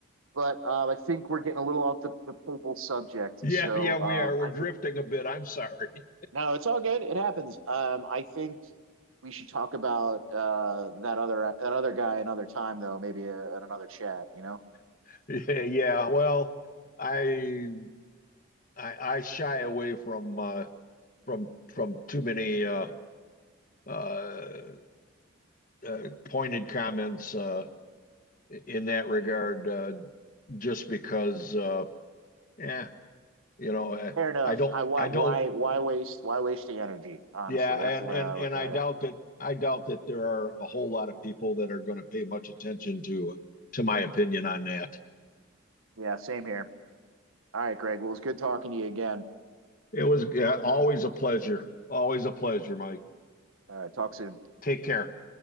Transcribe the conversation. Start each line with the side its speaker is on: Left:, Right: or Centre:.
Right: But uh, I think we're getting a little off the, the papal subject.
Left: Yeah,
Right: So
Left: yeah, we
Right: um,
Left: are. We're
Right: I
Left: drifting
Right: think
Left: a bit. I'm sorry.
Right: No, it's all good. It happens. Um, I think we should talk about uh that other that other guy another time though, maybe uh, in another chat, you know.
Left: <laughs> Yeah, yeah. Well, I I, I shy away from uh, from from too many uh, uh, uh, pointed comments uh, in that regard, uh, just because, uh, yeah, you know, uh,
Right: Fair enough.
Left: I don't,
Right: I why
Left: I
Right: why
Left: don't,
Right: why waste why waste the energy? Honestly,
Left: yeah,
Right: that's
Left: and
Right: the way
Left: and
Right: I look
Left: and I
Right: at
Left: doubt
Right: it.
Left: that, I doubt that there are a whole lot of people that are going to pay much attention to to my opinion on that.
Right: Yeah, same here. All right, Greg. Well, it's good talking to you again.
Left: It was yeah, always a pleasure. Always a pleasure, Mike.
Right: All right, talk soon.
Left: Take care.